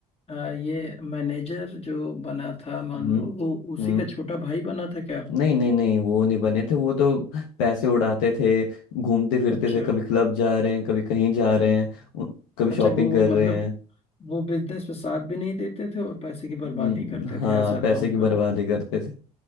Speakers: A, on the left (about 30°); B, on the left (about 65°).
A: आ, ये मैनेजर जो बना था मान
B: हम्म
A: लो वो उसी
B: हम्म
A: का छोटा भाई बना था क्या
B: नहीं नहीं नहीं वो नहीं बने थे वो तो पैसे उड़ाते थे घूमते फिरते
A: अच्छा
B: थे कभी क्लब जा रहे हैं कभी कहीं जा रहे हैं उ- कभी
A: अच्छा
B: शॉपिंग
A: वो
B: कर
A: मतलब
B: रहे हैं
A: वो बिजनेस में साथ भी नहीं देते थे और पैसे की बर्बादी
B: हम्म,
A: करते
B: हाँ
A: थे ऐसा
B: पैसे
A: था उनका
B: की बर्बादी करते थे